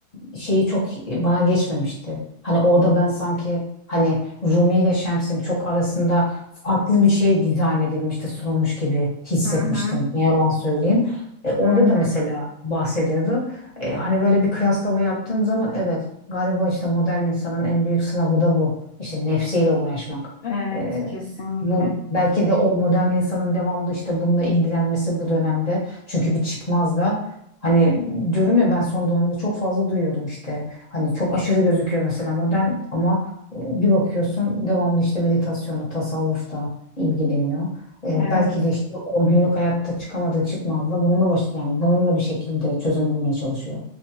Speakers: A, on the left; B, on the left.
A: e, şeyi çok e, bana geçmemişti. Hani orada ben sanki hani Rumi ile Şems'in çok arasında farklı bir şey dizayn edilmişti, sunulmuş gibi hissetmiştim.
B: Hı hı,
A: Ne yalan söyleyeyim. E, orada
B: hı hı.
A: da mesela bahsediyordu. E, hani böyle bir kıyaslama yaptığım zaman evet Galiba işte modern insanın en büyük sınavı da bu. İşte nefsiyle uğraşmak.
B: Evet,
A: Ee,
B: kesinlikle.
A: bu belki de o modern insanın devamlı işte bununla ilgilenmesi bu dönemde. Çünkü bir çıkmaz da hani diyorum ya ben son dönemde çok fazla duyuyorum işte. Hani çok aşırı gözüküyor mesela modern ama e, bir bakıyorsun devamlı işte meditasyonda, tasavvufta ilgileniyor. Ee,
B: Evet.
A: belki de işte o günlük hayatta çıkamadığı çıkmazda bununla baş yani bununla bir şekilde çözüm bulmaya çalışıyor.